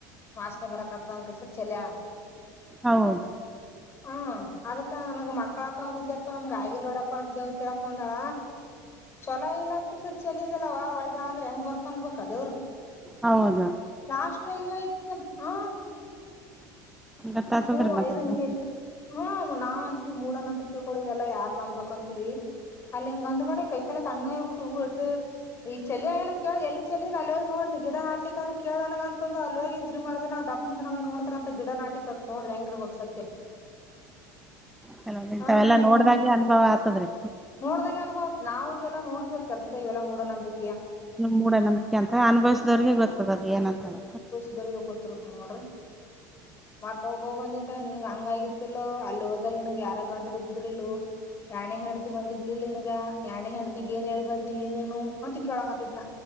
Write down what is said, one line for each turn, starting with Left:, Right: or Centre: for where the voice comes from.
Left: ವಾಶನೆ ಬರಕತ್ತನ್ ಕೆಸ ಚೇಲ್ಯಾಳ ಅಂತ
Centre: ಹೌದ
Left: ಹಾ ಅದಕ್ಕ ನನ್ಗ್ ಮಕ್ಕಳ ಆತ ಒಂದಿದ್ದ್ಯಪ್ಪ ನಮ್ಗ ಆಗಿಲ್ಡಪ್ಪಾ ಅಂತ ದೇವ್ ಕೇಳಕ್ ಬಂದಾಳ ಚೊಲ ಇಲ್ಲ ಅಂದಕೆಸರಿ ಚೆಲ್ಲಿದೇಲ್ ಅಲ್ಲವಾ ಹೋಳಿ ಬಾ ಅಂದ್ರೆ ಹೆಂಗ ಬರ್ತಂದ ಅನಬೇಕ್ ದೇವ್ರು
Centre: ಹೌದಾ
Left: ಲಾಸ್ಟ್ರಗ ಇಲ್ಲೇ ಇತ್ತು ಹ
Centre: ಗೊತ್ತಾತದ್ರಿ
Left: ಯವ್ವ
Centre: ಮತ್
Left: <unintelligible> ಹ್ಮ್ ನಾವ್ಂತೀ ಮೂಢ ನಂಬಿಕೆಗಳು ಇವೆಲ್ಲಾ ಯಾರ್ ನಂಬೆಕ್ಂತೀವಿ ಅಲ್ಲ ಇಂಗ ಅಂದುಕೊಂಡ ಕೈಕಾಲ ತಣ್ಣಗ ಆಗಿ ಬಿಟ್ಟು ಹೂಟ್ಟು ಈ ಚೇಲಿಯಾಳಲ್ಲ ಕೇಳ ಎಲ್ಲಿ ಚೆಲ್ಲಿದ ಅಲ್ಲಿಹೋಗಿ ನೋಡ್ನಿ ಗಿಡಾನಾಟ್ಲಿಕ ಅಂದ್ರ ಕೇಳೋಣಗ ಅಂತಂದು ಅಲ್ಲೋಗಿ ತಿರಿಗ ಮರದಿನ ದಪ್ಪ ದ ನ ನೋಡ್ತಾರ ಅಂತ ಗಿಡ ನಾಟಿತತ್ ನೋಡ್ರಿ ಹೆಂಗಿರ್ಬಕ್ ಸತ್ಯ
Centre: ಕೆಲವ ಇಂತವೆೆಲ್ಲ
Left: ಹಾ ಹೆಂಗ್
Centre: ನೋಡ್ದಾಗೆ ಅನುಭವ ಆತದ್ರೀ
Left: ನೋಡ್ದಾಗ ಅನುಭವತವ ಈಗೆಲ್ಲ ನೋಡ್ತತಿವ್ರ ಕೆಲ್ಸದ ಈವೆಲ್ಲ ಮೂಡನಂಬಿಕೆ
Centre: ಮೂಡನಂಬಿಕೆ ಅಂತ ಅನುಭವಸದವ್ರರಿಗೆ ಗೊತ್ತದ್ ಏನಂತಲ್ಲ
Left: ಇದರಿಗೆ ಗೊತ್ತರುತ್ತ ನೋಡ್ರರಿ ಮತ್ತ ಒಬ್ಬ ಬಂದಿದ್ದ ನಿನ್ನಗ ಹಂಗ ಆಗಿತಿಲ್ ಅಲ್ಲಿ ಹೋದಲ್ ನನ್ಗ್ ಯಾರಾಗ ಗಂಟ ಬಿದ್ದಿದ್ರಲ್ ಯಡನೆ ಹೆಂಡ್ತಿ ಬಂದಿದ್ಲಲ್ನ್ ಯಡನೆ ಹೆಂಡತಿಗ್ ಏನ್ ಹೇಳಿ ಬಂದಿಲಿ ನೀನು ಅಂತ ಕೇಳೋಕತಿದ್ನ